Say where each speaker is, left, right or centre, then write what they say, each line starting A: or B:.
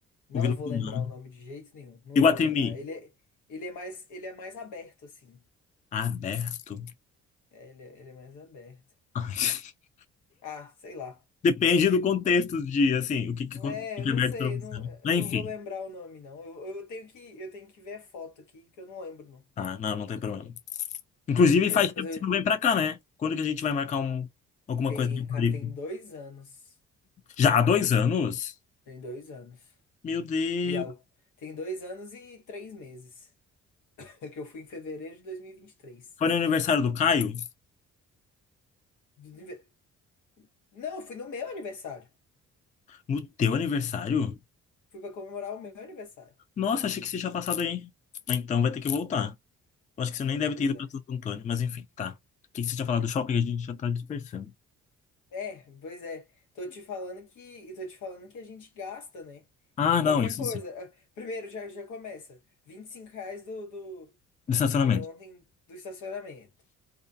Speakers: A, on the left; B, on the left.
A: não
B: o Vila
A: vou
B: Mariana.
A: lembrar o nome de jeito nenhum. Não
B: Iguatemi,
A: vou lembrar. Ele é, ele é mais, ele é mais aberto, assim.
B: aberto?
A: É, ele, é, ele é mais aberto.
B: Ai, <laughs>
A: Ah, sei lá.
B: Depende do contexto de, assim, o que, que, o
A: É,
B: que
A: eu
B: é
A: não
B: aberto
A: sei,
B: pra você.
A: não,
B: né?
A: eu
B: Mas,
A: não
B: Enfim,
A: vou lembrar o nome, não. Eu, eu tenho que, eu tenho que ver a foto aqui, que eu não lembro, não.
B: tá, não, não tem problema. Inclusive,
A: Mas
B: faz
A: depois
B: tempo
A: eu...
B: que você não vem pra cá, né? Quando que a gente vai marcar um, alguma
A: Tem,
B: coisa aqui em Floripa?
A: cara, tem dois anos.
B: Já há dois anos?
A: Tem dois anos.
B: Meu Deus.
A: E algo. Tem dois anos e três meses. <laughs> Que eu fui em fevereiro de dois mil e e vinte e três.
B: Foi no aniversário do Caio?
A: Do anive- Não, fui no meu aniversário.
B: No teu aniversário?
A: Fui pra comemorar o meu aniversário.
B: Nossa, achei que você tinha passado aí. Então vai ter que voltar. Eu acho que você nem deve
A: Pois
B: ter ido
A: é.
B: pra Santo Antônio, mas enfim, tá. O que que você tinha falado do shopping? A gente já tá dispersando.
A: É, pois é. Tô te falando que, tô te falando que a gente gasta, né?
B: Ah,
A: Qualquer
B: não, isso
A: coisa.
B: sim.
A: Ah, Primeiro já, já começa. 25 reais do, do
B: Do estacionamento.
A: que foi ontem do estacionamento.